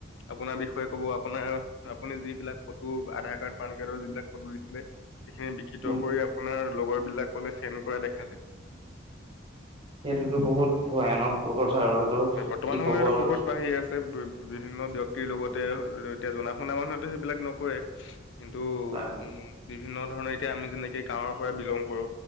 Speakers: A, on the left; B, on the right.
A: আপোনাৰ বিষয়ে ক'ব, আপোনাৰ আপুনি যিবিলাক - ফটো আধাৰ কাৰ্ড, পান কাৰ্ডৰ যিবিলাক ফটো দিছিলে, সেইখিনি বিকৃত
B: উম
A: কৰি আপোনাৰ লগৰ বিলাকলে - চেণ্ কৰা দেখা যায়।
B: সেইটোতো বহুত ভয়ানক কথা আৰু।
A: বৰ্তমান
B: কি
A: সময়ত
B: কব
A: এটো
B: আৰু
A: বহুত বাঢ়ি আছে। ত বিভিন্ন ব্যক্তিৰ লগতে, এতিয়া জনা শুনা মানুহেতো সেইবিলাক নকৰে। কিন্তু
B: হয়
A: উম, বিভিন্ন ধৰণৰ এতিয়া আমি যেনেকে গাঁৱৰ পৰা বিলং কৰো।